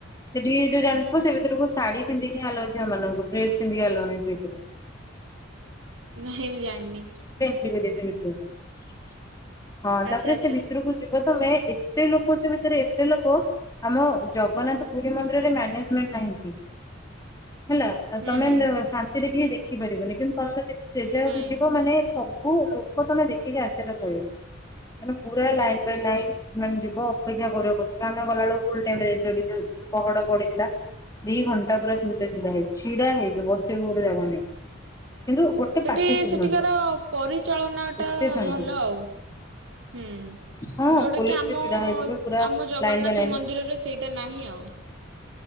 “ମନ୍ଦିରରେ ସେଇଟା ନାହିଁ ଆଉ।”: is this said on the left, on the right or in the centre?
Right